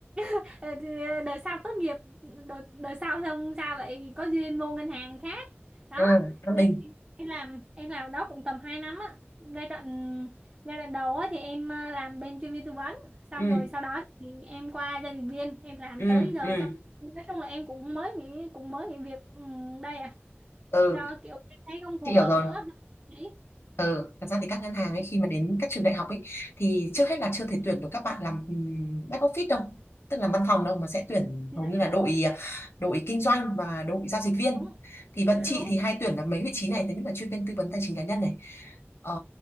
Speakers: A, on the right (about 20°); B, on the left (about 70°).
A: <laughs> đợt sau tốt nghiệp đợt, đợt sau xong sao lại có duyên vô ngân hàng khác đó
B: ừ An
A: nên
B: Bình
A: em làm em làm đó cũng tầm 2 năm á giai đoạn giai đoạn đầu á thì em ờ, làm bên chuyên viên tư vấn xong
B: ừ
A: rồi sau đó thì em qua gia đình viên em làm
B: ừ
A: tới giờ
B: ừ
A: xong nói chung là em cũng mới nghỉ cũng mới nghỉ việc ừm, đây à
B: ừ
A: do kiểu em thấy không phù
B: chị hiểu
A: hợp
B: rồi
A: nữa đấy
B: Ừ, thật ra thì các ngân hàng ấy khi mà đến các trường đại học ấy thì trước hết là chưa thể tuyển được các bạn làm ừm, back office đâu, tức là văn phòng đâu mà sẽ tuyển
A: dạ
B: hầu như là
A: đúng
B: đội à, đội kinh doanh và đội giao dịch viên.
A: đúng
B: Thì bọn
A: dạ
B: chị
A: đúng
B: thì hay tuyển là mấy vị trí này, thứ nhất là chuyên viên tư vấn tài chính cá nhân này, ờ,